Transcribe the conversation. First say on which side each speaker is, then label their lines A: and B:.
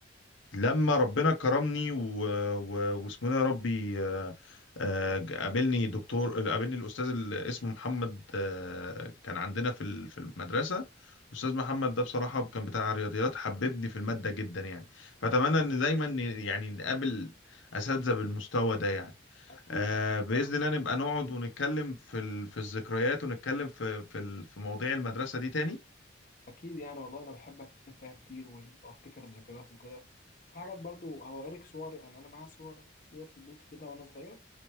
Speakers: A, on the left; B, on the left.
A: لما ربنا كرمني و... و... واسمه ده يا ربي آه، آه، قابلني دكتور قابلني الاستاذ اللي اسمه محمد آه، كان عندنا في ال- في المدرسه الاستاذ محمد ده بصراحه كان بتاع رياضيات حببني في الماده جدا يعني فاتمنى
B: طب جميل
A: ان دايما ن- يعني نقابل اساتذه بالمستوى ده يعني
B: أكيد
A: آه،
B: أكيد
A: باذن
B: طبعا
A: الله
B: يعني
A: نبقى نقعد ونتكلم في ال... في الذكريات ونتكلم في في ال... في مواضيع المدرسه دي تاني
B: اكيد يعني والله انا بحب اتكلم فيها كتير وال- وافتكر الذكريات وكده في حاجات برضو او اوريك صور يعني انا معايا صور ليا في البيت كده وانا صغير